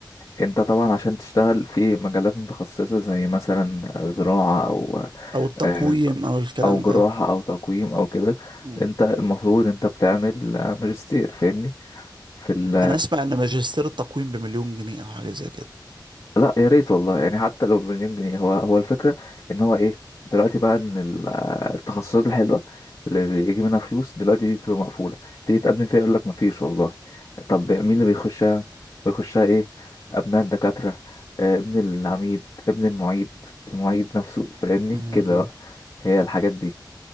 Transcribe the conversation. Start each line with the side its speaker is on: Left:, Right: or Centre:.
Left: انت طبعا عشان تشتغل في مجالات متخصصة زي مثلا زراعة او
Right: أو التقويم
Left: آه
Right: أو الكلام
Left: او جراحة
Right: ده
Left: او تقويم او كده
Right: مم.
Left: انت المفروض انت بتعمل آه، ماجستير فاهمني في ال
Right: أنا أسمع إن ماجستير التقويم بمليون جنيه أو حاجة زي كده
Left: لا يا ريت والله يعني حتى لو بمليون جنيه هو هو الفكرة ان هو ايه دلوقتي بقى ان ال- التخصصات الحلوة اللي بيجي منها فلوس دلوقتي دي بتبقى مقفولة تيجي تقدم فيها يقول لك مفيش والله طب مين اللي بيخشها بيخشها ايه ابناء الدكاترة آه، ابن العميد ابن المعيد المعيد نفسه فاهمني
Right: مم.
Left: كده بقى هي الحاجات دي